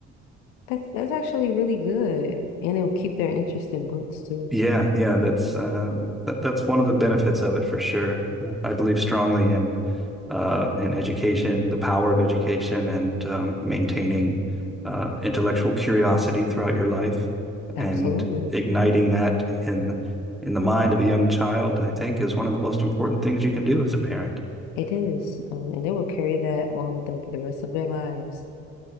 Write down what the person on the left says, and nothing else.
That's that's actually really good. And it'll keep their interest in books too.
Absolutely.
It is. Um, and they will carry that on with them for the rest of their lives.